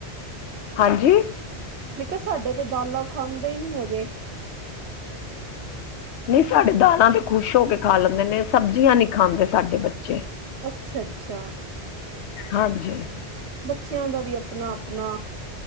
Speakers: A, on the left; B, on the right.
A: ਹਾਂਜੀ
B: ਮੈਂ ਕਿਹਾ ਸਾਡੇ ਤੇ ਦਾਲਾਂ ਖਾਂਦੇ ਹੀ ਨੀ ਹੈਗੇ।
A: ਨਹੀ ਸਾਡੇ ਦਾਲਾਂ ਤੇ ਖੁਸ਼ ਹੋ ਕੇ ਖਾ ਲੈਂਦੇ ਨੇ ਸਬਜ਼ੀਆਂ ਨਹੀ ਖਾਂਦੇ ਸਾਡੇ ਬੱਚੇ।
B: ਅੱਛਾ -ਅੱਛਾ।
A: ਹਾਂਜੀ-
B: ਬੱਚਿਆਂ ਦਾ ਵੀ ਆਪਣਾ- ਆਪਣਾ